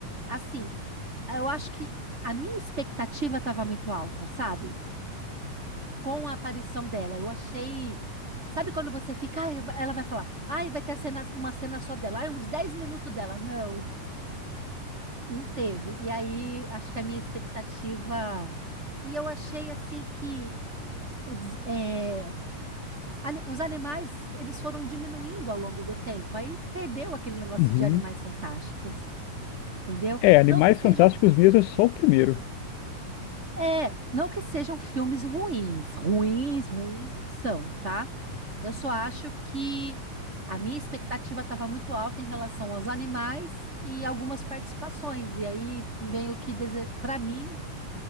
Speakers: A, on the right; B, on the left.
A: Assim, eu acho que a minha expectativa estava muito alta, sabe? Com a aparição dela, eu achei. Sabe quando você fica, "Ai, ela vai falar, ai, vai ter a cena- uma cena só dela, ai, uns 10 minutos dela. Não, não teve. E aí, acho que a minha expectativa. E eu achei, assim, que o des- é, ani- os animais, eles foram diminuindo ao longo do tempo. Aí perdeu aquele negócio
B: Uhum.
A: de animais fantásticos, entendeu?
B: É, Animais
A: Não que sejam
B: Fantásticos mesmo é só o primeiro.
A: É, não que sejam filmes ruins, ruins, ruins não são, tá? Eu só acho que a minha expectativa estava muito alta em relação aos animais e algumas participações, e aí meio que para mim